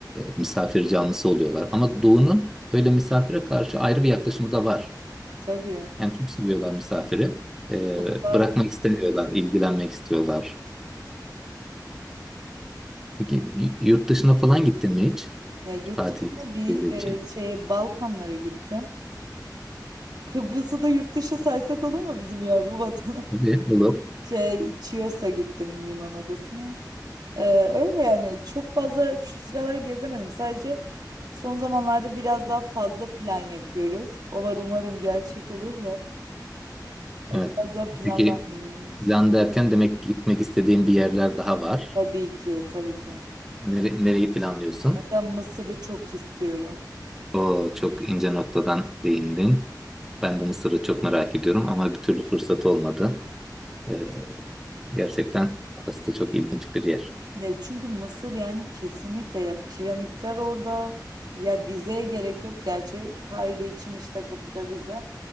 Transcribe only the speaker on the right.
tabii.
Çok daha...
Ya yurt
dışına bir
e, şeye Balkanlara gittim. Kıbrıs'ı da yurt dışı saysak olur mu bizim yavru vatana?
<laughs>
Şey, Chios'a gittim Yunan adasına. Ee, öyle yani çok fazla şu sıralar gezemedim. Sadece son zamanlarda biraz daha fazla plan yapıyoruz. O var umarım gerçek olur da. Ya
biraz daha planlar
ilerliyoruz.
Tabii ki, tabii ki.
Mesela Mısır'ı çok istiyorum.
Ya çünkü Mısır yani kesinlikle ya piramitler orada. Ya vizeye gerek yok. Gerçi Kahire için işte kapıda vize.